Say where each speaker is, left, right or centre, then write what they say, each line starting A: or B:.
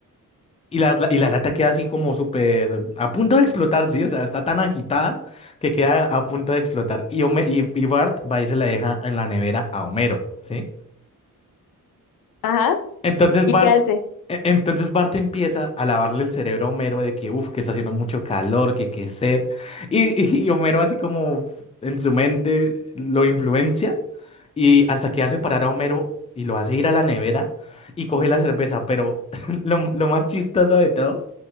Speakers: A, on the left; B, on the left.
A: Y la, la- y la lata queda así como súper a punto de explotar, sí, o sea, está tan agitada que queda a punto de explotar. Y, Home- y, y Bart va y se la deja en la nevera a Homero, ¿sí?
B: Ajá.
A: Entonces
B: ¿Y
A: Bart,
B: qué hace?
A: e- entonces Bart empieza a lavarle el cerebro a Homero de que, uff, que está haciendo mucho calor, que qué sed. Y, y, y Homero así como en su mente lo influencia y hasta que hace parar a Homero y lo hace ir a la nevera y coge la cerveza. Pero <laughs> lo, lo más chistoso de todo.